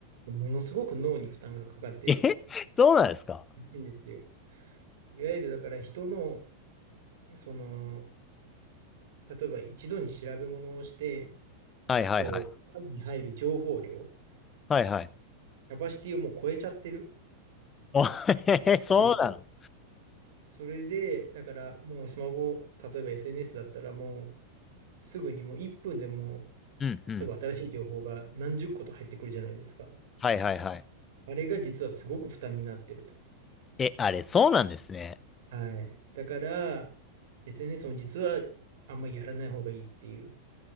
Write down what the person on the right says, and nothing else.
ものすごく脳に負担がかかってる
らしいんですよ。いわゆるだから人の、その、例えば一度に調べ物をして、
こう、頭に入る情報量、
キャパシティをもう超えちゃってる
んですよ。それで、だからもうスマホ、例えば SNS だったらもうすぐにもう1分でも
例えば新しい情報が何十個と入ってくるじゃないですか。
あれが実はすごく負担になってると。
はい。だから、SNS も実はあんまりやらない方がいいっていう。